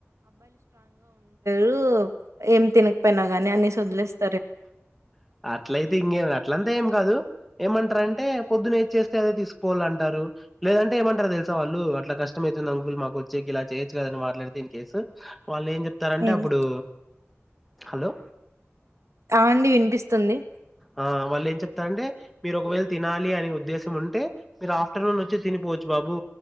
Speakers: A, on the right; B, in the centre.
A: రు ఏం తినకపోయినా గానీ అనేస్ వదిలేస్తా
B: అట్లయితే ఇంకేం అ ట్లంతా ఏం కాదు ఏమంటారంటే పొద్దున్న ఏచ చేస్తే అదే తీసుకోవాల అంటారు లేదంటే ఏమంటారు తెలుసా వాళ్ళు అట్లా కష్టమవుతుంది అంకుల్ మాకు వచ్చేకి ఇలా చేయొచ్చు కదని మాట్లాడితే ఇన్ కేసు వాళ్ళు ఏం చెప్తారంటే
A: ఉమ్
B: అప్పుడు హలో
A: అ అండి విన్పిస్తుంది
B: ఆ వాళ్ళు ఏం చెప్తారంటే మీరు ఒకవేళ తినాలి అని ఉద్దేశం ఉంటే మీరు ఆఫ్టర్నూన్ వచ్చి తినిపోవచ్చు బాబు